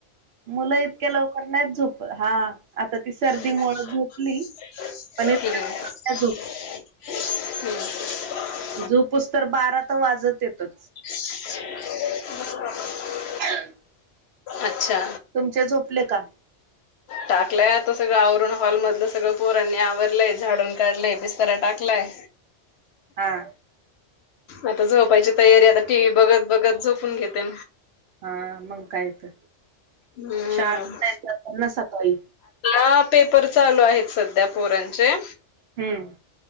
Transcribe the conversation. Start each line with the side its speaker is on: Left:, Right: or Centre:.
Right: मुलं इतक्या लवकर नाहीच झोप हा, आता ती सर्दी
Left: हम्म,
Right: मुळ झोपली पण इतक्या लवकर
Left: हम,
Right: नाही झोप झोपूस तोवर बारा तर वाजत्यात,
Left: <unintelligible>
Right: ह,
Left: अच्छा,
Right: तुमचे झोपले का?
Left: टाकलाय आता सगळं आवरुण हॉल मधलं सगळं पोरांनी आवरलंय झाडून काढलंय बिस्तारा टाकलाय.
Right: हा,
Left: आता झोपायची तयारी आता टी व्ही बघत बघत झोपून घेते.
Right: हा मंग काय तर
Left: हम्म
Right: शाळेत पण जायचं असेल ना सकाळी!
Left: ना पेपर चालू आहेत सध्या पोरांचे.
Right: हम्म,